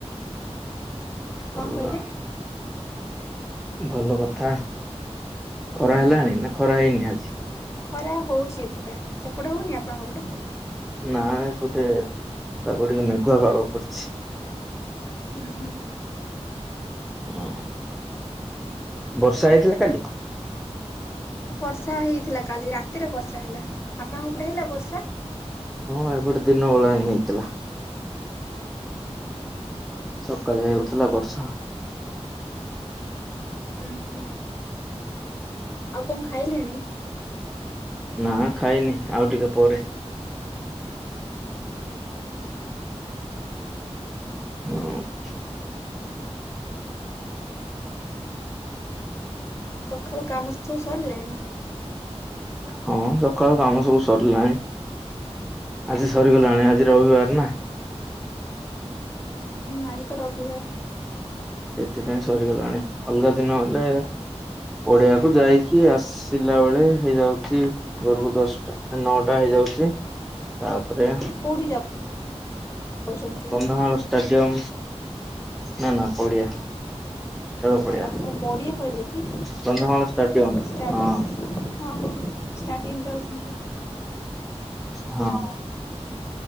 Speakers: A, on the left; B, in the centre.
A: କଣ
B: ହୋଉ
A: କହିଲେ?
B: ଆଉ। ଭଲ କଥା।
A: ହୁଁ
B: ଖରାହେଲାଣି ନା ଖରା ହେଇନି ଆଜି
A: ଖରା ହୋଉଛି ଏପଟେ ସେପଟେ ହୋଉନି ଆପଣଙ୍କ ପଟେ।
B: ନା ଏପଟେ ପାଗ ଟିକେ ମେଘୁଆ ପାଗ କରିଛି।
A: ଉହୁଁ।
B: ଅଁ ବର୍ଷା ହେଇଥିଲା କାଲି।
A: ବର୍ଷା ହେଇଥିଲା କାଲି ରାତିରେ ବର୍ଷା ହେଲା। ଆପଣଙ୍କ ପଟେ ହେଲା ବର୍ଷା।
B: ହଁ ଏପଟେ ଦିନ ବଳା ହିଁ ହେଇଥିଲା।
A: ଉହୁଁ।
B: ସକାଲେ ହେଉଥିଲା ବର୍ଷା।
A: ଉୁଁ ହୁଁ ଆଉ କଁ ଖାଇଲେଣି।
B: ନା ଖାଇନି ଆଉ ଟିକେ ପରେ।
A: ଓହୋ।
B: ହଁଛ।
A: ସକାଳୁ କାମ ସବୁ ସରିଲାଣି?
B: ହଁ ସକାଳୁ କାମ ସବୁ ସରିଲାଣି। ଆଜି ସରିଗଲାଣି ଆଜି ରବିବାର ନା।
A: ଉ ହୁଁ ଆଜି ତ ରବିିବାର।
B: ସେଥିପାଇଁ ସରିଗଲାଣି ଅଲଗା ଦିନ ହେଲେ ଓଡିଆକୁ ଯାଇକି ଆସି ଥିଲା ବେଳେ ହେଇଯାଉଚି ଘରକୁ ଦଶଟା ନଅଟା ହେଇଯାଉଚି ତା ପରେ
A: କୋଉଠି ଯାଉଛନ୍ତି?
B: କନ୍ଧମାଳ ଷ୍ଟାଡିୟମ୍ ନା ନା ପଡ଼ିଆ ଖେଳ ପଡିଆ
A: ଓ ପଡ଼ିଆ କହିଲେକି
B: କନ୍ଧମାଳ ଷ୍ଟାଡିୟମ
A: ଷ୍ଟାଟ୍
B: ହଁ
A: ଅ ହଁ ଷ୍ଟାଡ଼ିୟମ୍ ଯାଉଛନ୍ତି।
B: ହଁ।